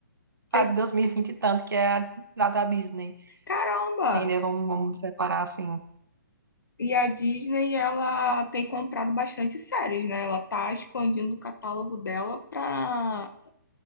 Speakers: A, on the left; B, on the right.
A: Tem-
B: a de 2020 e vinte e tanto, que é a da da Disney,
A: Caramba.
B: entendeu? Vamos, vamos separar assim.
A: E a Disney, ela tem comprado bastante séries, né? Ela tá expandindo o catálogo dela para